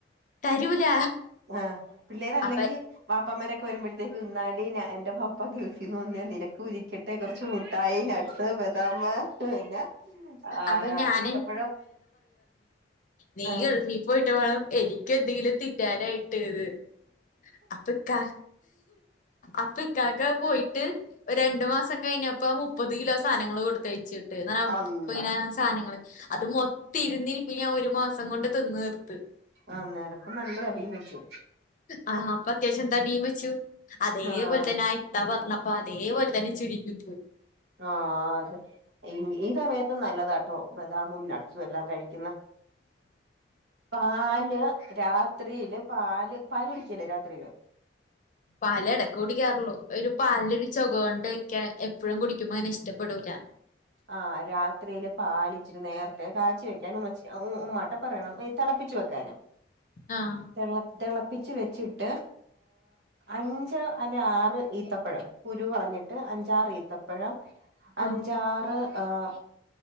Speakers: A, on the left; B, on the right.
A: തരൂല
B: ആ പിള്ളേരല്ലെങ്കിൽ
A: അപ്പ
B: വാ പ്പമാരൊക്കെ വരുമ്പോഴത്തേക്ക് ഇന്നാടി ഞാ എന്റെ വാപ്പ ഗൾഫിൽന്ന് വന്നെയാ നിന കുരിക്കട്ടെ കുറച്ച് മുട്ടായി നട്ട്സ് <unintelligible> നമാക്ക് പിന്നെ ആ
A: അപ്പൊ ഞാൻ
B: ഈത്തപ്പഴം
A: നീഗൾഫീ
B: ആഹ്
A: പോയി നട്ട് വേണം എനി ക്കെന്തെങ്കിലും തിന്നാനായിട്ട് ന്ന് അപ്പൊക്കാ അപ്പൊക്കാക്ക പോയി <unintelligible> രണ്ടു മാസം കഴിഞ്ഞപ്പ മു പ്പത് കിലോ സാധനങ്ങള് കൊട് തയ്ച്ച് <unintelligible>
B: അള്ളാ
A: പ്പഇങ്ങനെ സാധനങ്ങള് അത് മൊത്തി ഇരുന്നിപ്പിന് ഞാൻ ഒരു മാസം കൊണ്ട് തിന്ന് തീർ
B: ആന്നേരപ്പ നല്ല അടിയും വെച്ചു
A: ആ അപ്പ അത്യാവശ്യം തടിയും വെച്ചു അതേപോലെ
B: ആഹ്
A: തന്നെ ആയിട്ടാ പറഞ്ഞപ്പ അതേപോലെ തനി ചുരികുത്
B: ആ അതെ ഈ സമയ നല്ലതാട്ടോ ബദാമും നട്ട്സും എല്ലാം കഴിക്കുന്നെ പാല് രാത്രിയില് പാല് പാല് കുടിക്കല്ലേ രാത്രിയില്
A: പാല് എടക്ക് കുടിക്കാറുള്ളൂ ഒരു പാലിന്റെ രൂ ചോഖ കൊണ്ട് ക്കെ എപ്പോഴും കുടിക്കുമ്പോ അങ്ങനെ ഇഷ്ടപ്പെടൂല
B: ആ രാത്രിയില് പാലിച്ചിരി നേരത്തെ കാച്ചി വെക്കന് ഉമ്മച്ചി ഉ ഉമ്മാട്ത്തു പറയണം തെളപ്പിച്ചു വെക്കാന്
A: ആഹ്
B: തെള തിളപ്പിച്ചച്ച് വെച്ചിട്ട് അഞ്ച് അല്ല ആറ് ത്തപഴം കുരു കളഞ്ഞിട്ട് അഞ്ച് ഞ്ചാറീത്തപ്പഴം അഞ്ചാറ്
A: ആഹ്
B: ആഹ്